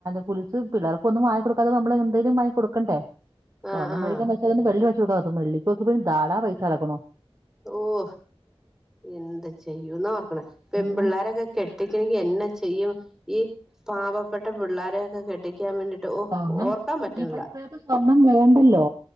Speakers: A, on the right; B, in the centre.
A: കുല്സ് പിള്ളേർക് ഒന്നും വാങ്ങ <unintelligible> ഇപൊന്തേലും വങ്ങി കൊടുക്കണ്ടേ? സ്വർണ്ണം
B: ആഹ് ആഹ്
A: മേടിക്കാൻ പറ്റാതൊണ്ട് വെള്ളിവേടിച്ചുകൊടുക്കാ വെള്ളിപ്പോക്കക്ക് പിന്നെധാടാ പൈസ കെടക്ണോ.
B: ഓഹ്. എന്ത് ചെയ്യൂന്ന് ഓർക്കണെ. പെമ്പിള്ളേരൊക്കെ
A: ഉം
B: കെ ട്ടിക്കണേങ്കി എന്നാ ചെയ്യും. ഈ പാവപ്പെട്ട പിള്ളോരെയൊക്കെ കെട്ടി ക്യാൻ വേണ്ടീട്ട് ഓ
A: സ്വർണം
B: ഓർക്കാൻ പറ്റണില്ല
A: ഇപ്പത്തെ പിള്ളേർക്ക് സ്വർണം വേണ്ടല്ലോ?